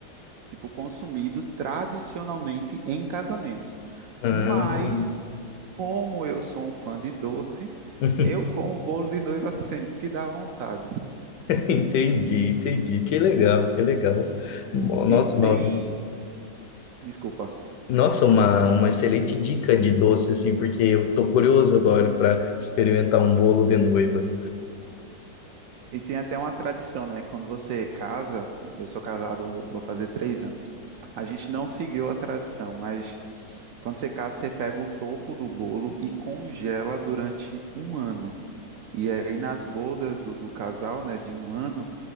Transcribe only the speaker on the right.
tipo, consumido tradicionalmente em casamentos.
Mas, como eu sou um fã de doce,
eu como bolo de noiva <laughs> sempre que dá vontade.
E
tem Desculpa.
E tem até uma tradição, né? Quando você casa, eu sou casado, vou fazer três anos. A gente não seguiu a tradição, mas quando você casa, você pega o topo do bolo e congela durante um ano. E aí, nas bodas do, do casal, né, de um ano,